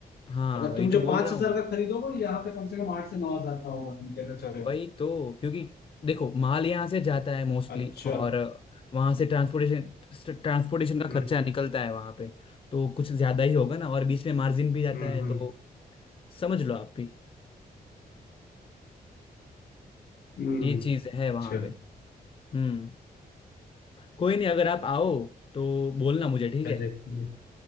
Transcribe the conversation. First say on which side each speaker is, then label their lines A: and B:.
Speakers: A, on the left (about 35°); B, on the left (about 75°).
A: हाँ
B: अच्छा
A: वही
B: तुम जो
A: तो बोल
B: पांच
A: रहा
B: हजार
A: हूँ मैं।
B: का खरीदोगे यहाँ पे कम से कम आठ से नौ हजार का होगा तुम कहना चाह रहे हो
A: वही तो क्योंकि देखो माल यहाँ से जाता है मोस्टली
B: अच्छा
A: और वहां से ट्रांसपोर्टेशन ट्रांसपोर्टेशन का
B: हम्म
A: खर्चा निकलता है वहां पे तो कुछ ज्यादा ही होगा ना और बीच में मार्जिन भी जाता
B: हम्म
A: है तो समझ लो आप भी
B: हम्म
A: ये
B: हम्म। अच्छा
A: चीज है वहां पे हम्म कोई नहीं अगर आप आओ तो बोलना मुझे ठीक
B: क्या
A: है
B: देखते हैं।